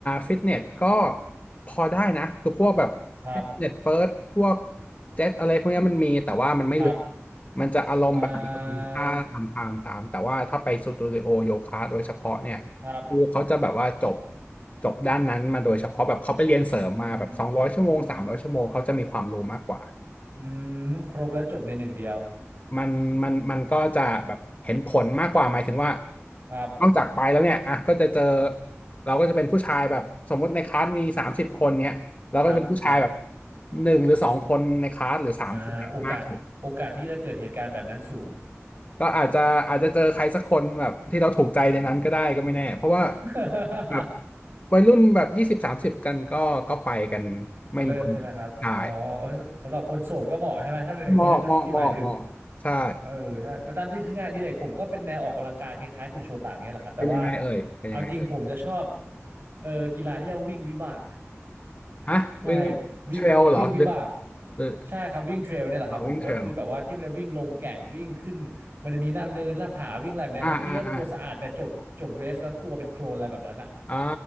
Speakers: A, on the left; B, on the right.
A: ฟิตเนสก็พอได้นะคือพวกแบบฟิตเนสเฟิร์สพวก
B: ครับ
A: เจ็ตอะไรพวกเนี้ยมันมีแต่ว่ามันไม่ลึก
B: ครับ
A: มันจะอารมณ์แบบเราทำท่าทำทางตามแต่ว่าถ้าไปสตูดิโอโยคะโดยเฉพาะเนี่ย
B: อ่าครับ
A: ครูเขาจะแบบว่าจบจบด้านนั้นมาโดยเฉพาะแบบเขาไปเรียนเสริมมาแบบสองร้อยชั่วโมงสามร้อยชั่วโมงเขาจะมีความรู้มากกว่า
B: อืมอืมอืมครบแล้วจบในหนึ่งเดียว
A: มันมันมันก็จะแบบเห็นผลมากกว่าหมายถึงว่า
B: ครับ
A: นอกจากไปแล้วเนี่ยอ่ะก็จะเจอเราก็จะเป็นผู้ชายแบบสมมติในคลาสมีสามสิบคนเนี่ยเราก็จะเป็นผู้ชายแบบ
B: ครับอ่า
A: หนึ่งหรือสองคนในคลาสหรือสามคนเนี่ยมากสุด
B: อ่าโอกาสโอกาสที่จะเกิดเหตุการณ์แบบนั้นสูง
A: ก็อาจจะอาจจะเจอใครสักคนแบบที่เราถูกใจในนั้นก็ได้ก็ไม่แน่เพราะว่า
B: <laughs>
A: แบบวัยรุ่นแบบยี่สิบสามสิบกันก็ก็ไปกัน
B: ก็เริ่มใช่ไหมครับอ๋อเออสสำหรับคนโสดก็เหมาะใช่ไหมถ้าเป็นอย่างเงี้ยถ้าที่หมายถึง
A: ไม่น้อยใช่เหมาะเหมาะเหมาะเหมาะใช่
B: เออแต่แต่ตามที่คืองานอดิเรกผมก็เป็นแนวออกกำลังกายคล้ายๆคุณโชตะเงี้ยแหละครับแต่ว่า
A: เป็นยังไงเอ่ยเป็นยังไงเอ่ย
B: เอาจริงผมจะชอบเออกีฬาที่เรียกว่าวิ่งวิบาก
A: ฮะวิ่ง
B: <laughs> ใช่วิ่งวิ่งวิบาก
A: เทรลเหรอหรือหรือ
B: ใช่ครับวิ่งเทรลเนี่ยแหละครับผมก็คือแบบว่าที่มันจะวิ่งลงแก่งวิ่งขึ้นมันจะมีหน้าเนินหน้าผาวิ่งอะไรแบบเนี้ยครับที่เริ่มตัวสะอาดแต่จบจบเรสแล้วตัวเป็นโคลนอะไรแบบนั้นอ่ะ
A: เอาวิ่งเทรลอ่าอ่าอ่าอ่า